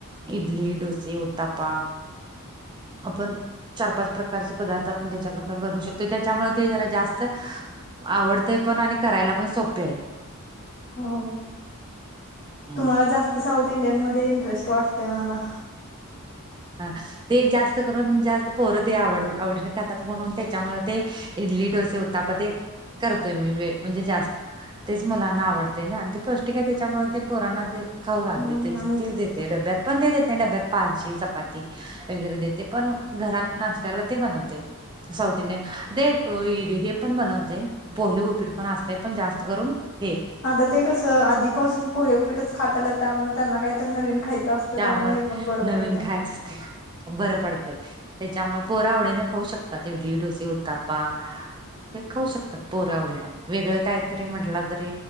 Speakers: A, on the right; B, on the left.
A: इडली, डोसे, उतापा. आपण चार पाच प्रकारचे पदार्थ आपण त्याच्या प्रकारे बनवू शकतो त्याच्यामुळे ते जरा जास्त आवडतंय पण आणि करायला पण सोपे आहे.
B: हो
A: हम्म
B: तुम्हाला जास्त साऊथ इंडियन मध्ये इंटरेस्ट वाटतंय मला.
A: हा ते जास्त करून जास्त पोर ते आवड आवडीने खतात म्हणून त्याच्यामूळ ते इडली, डोसे, उत्ताप ते करतोय मी वे म्हणजे जास्त तेच मुलांना आवडतय ना आणि ते पौष्टिक आहे त्याच्यामूळ पोरांना ते ख घाल
B: हम्म
A: द त
B: आणि
A: देते डब्यात पण देत नाही डब्या पाची <unintelligible> चपाती वगैरे देते पण घरात नाश्ता ते बनवते. साऊथ इंडियन ते हे पण बनवते. पोहे उपीड पण असते पण जास्त करून हे.
B: आता ते कसं आधीपासून पोहे उपीटच खातालत त्यामुळे त्यांना काहीत नवीन खायचं असतं.
A: त्यामुळे
B: हे पण बरं
A: नवीन
B: पडतं.
A: खायच असते. बरं पडतय त्याच्यामुळे पोर आवडीने खाऊ शकतात इडली, डोसे, उतापा. हे खाऊ शकतात पोर आवडीने वेगळं काहीतरी म्हटलं तरी